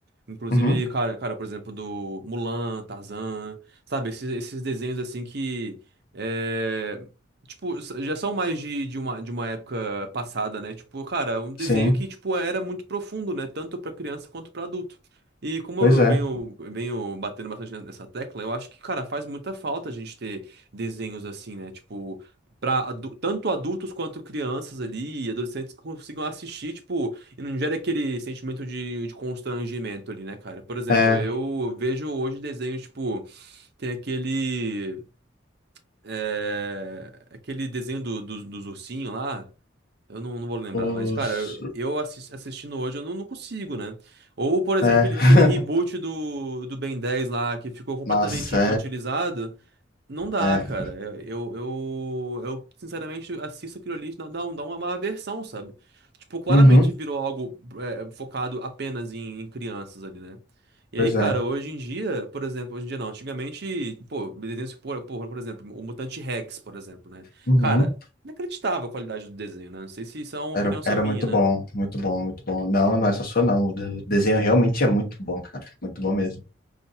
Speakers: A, on the right (about 55°); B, on the left (about 50°).
A: Inclusive,
B: Uhum,
A: cara, cara, por exemplo, do Mulan, Tarzan, sabe? Esses, esses desenhos, assim, que. é, Tipo, s- já são mais de, de uma, de uma época passada, né? Tipo, cara, é um desenho
B: sim.
A: que, tipo, era muito profundo, né? Tanto pra criança quanto pra adulto. E como
B: Pois
A: eu
B: é.
A: venho, venho batendo bastante nessa tecla, eu acho que, cara, faz muita falta a gente ter desenhos assim, né? Tipo, pra adu- tanto adultos quanto crianças ali e adolescentes que consigam assistir, tipo, e não gera aquele sentimento de, de constrangimento ali, né, cara? Por exemplo,
B: É,
A: eu vejo hoje desenhos, tipo, tem aquele é, aquele desenho do, do- dos ursinhos lá, eu não, não vou lembrar,
B: os,
A: mas, cara, eu, eu assis- assistindo hoje, eu não, não consigo, né? Ou, por exemplo,
B: é.
A: aquele,
B: <laughs>
A: aquele reboot do, do Ben dez lá, que ficou completamente
B: Nossa,
A: infantilizado. Não dá,
B: é, é.
A: cara. Eu, eu, eu, eu, sinceramente assisto aquilo ali, dá, dá um- dá uma uma aversão, sabe? Tipo, claramente
B: Uhum,
A: virou algo é, focado apenas em, em crianças ali, né? E
B: pois
A: aí, cara,
B: é.
A: hoje em dia, por exemplo, hoje em dia não, antigamente, pô, desenhos, por, por, por exemplo, o Mutante Rex, por exemplo, né?
B: Uhum.
A: Cara, inacreditável a qualidade do desenho, né? Não sei se isso é uma opinião
B: Era,
A: só
B: era
A: minha,
B: muito
A: né?
B: bom, muito bom, muito bom. Não, não é só sua, não. O de- desenho realmente é muito bom, cara. Muito bom mesmo.